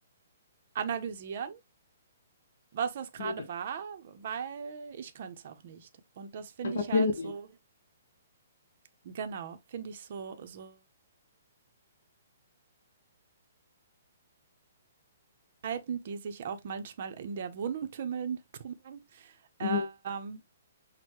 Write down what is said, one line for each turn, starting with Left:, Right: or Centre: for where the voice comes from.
Right: analysieren, was das gerade
Left: Ja.
Right: war, weil ich könnte es auch nicht. Und das finde
Left: Einfach
Right: ich halt
Left: hinnehmen.
Right: so, genau, finde ich so, so Verhalten, die sich auch manchmal in der Wohnung tümmeln, tummeln,
Left: Mhm.
Right: ähm,